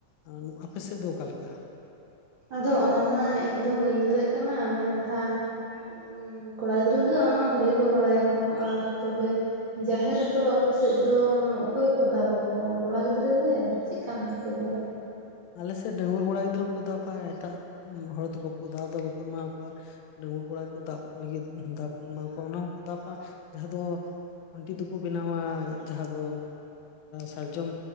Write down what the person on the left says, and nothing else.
ᱟᱸ ᱟᱯᱮ ᱥᱮᱫ ᱫᱚ ᱚᱠᱟᱞᱮᱠᱟ?
ᱟᱞᱮᱥᱮᱫ ᱰᱟᱺᱝᱣᱟᱹ ᱠᱚᱲᱟ ᱜᱤᱫᱽᱨᱟᱹ ᱠᱚ ᱫᱟᱵᱟ ᱮᱴᱟᱜ ᱦᱚᱲ ᱫᱚ ᱵᱟᱠᱚ ᱫᱟᱵ ᱫᱚ ᱵᱟᱠᱚ ᱮᱢᱟ ᱠᱚᱣᱟ᱾ ᱰᱟᱺᱝᱣᱟᱹ ᱠᱚᱲᱟ ᱠᱚ ᱫᱟᱵ ᱞᱟᱹᱜᱤᱫ ᱫᱟᱵ ᱠᱚ ᱮᱢᱟ ᱠᱚᱣᱟ ᱚᱱᱟ ᱦᱚᱸᱠᱚ ᱫᱟᱵᱼᱟ ᱡᱟᱦᱟᱸ ᱫᱚᱼ ᱠᱷᱩᱱᱴᱤ ᱫᱚᱠᱚ ᱵᱮᱱᱟᱣᱟ ᱡᱟᱸᱦᱟ ᱫᱚᱼ ᱥᱟᱨᱡᱚᱢ